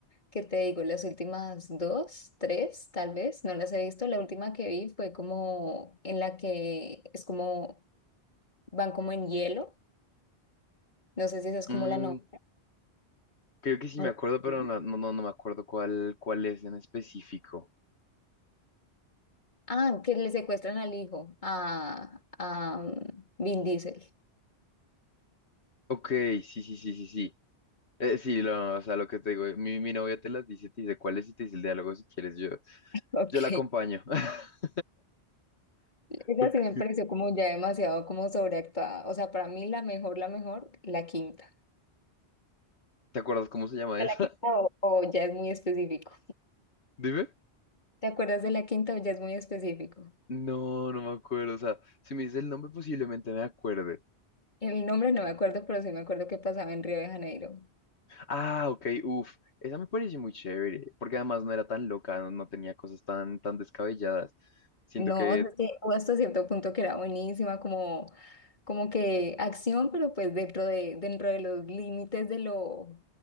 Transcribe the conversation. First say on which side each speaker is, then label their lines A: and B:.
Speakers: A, on the left (about 45°); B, on the left (about 80°).
A: qué te digo, las últimas dos, tres, tal vez, no las he visto. La última que vi fue como en la que es como van como en hielo, no sé si esa es como
B: Mm,
A: la novela
B: creo que sí
A: o
B: me
A: la
B: acuerdo, pero
A: última.
B: no, no, no no me acuerdo cuál, cuál es en específico.
A: Ah, que le secuestran al hijo, a, a mm, Vin Diesel.
B: Ok, sí, sí, sí, sí, sí. Eh, sí, lo, o sea, lo que te digo, mi, mi novia te las dice, te dice cuál es y te dice el diálogo si quieres, yo,
A: Ok,
B: yo la acompaño. <laughs>
A: Esa
B: Ok.
A: sí me pareció como ya demasiado como sobreactuada. O sea, para mí la mejor, la mejor, la quinta.
B: ¿Te acuerdas cómo se llama
A: La
B: esa?
A: quinta o, o ya es muy específico.
B: <laughs> Dime.
A: ¿Te acuerdas de la quinta o ya es muy específico?
B: No, no me acuerdo, o sea, si me dices el nombre posiblemente me acuerde.
A: El nombre no me acuerdo, pero sí me acuerdo que pasaba en Río de Janeiro.
B: Ah, ok, uff, esa me pareció muy chévere, porque además no era tan loca, no, no tenía cosas tan, tan descabelladas. Siento
A: No,
B: que
A: o sea, es que hubo hasta cierto punto que era buenísima, como, como que acción, pero pues dentro de, dentro de los límites de lo...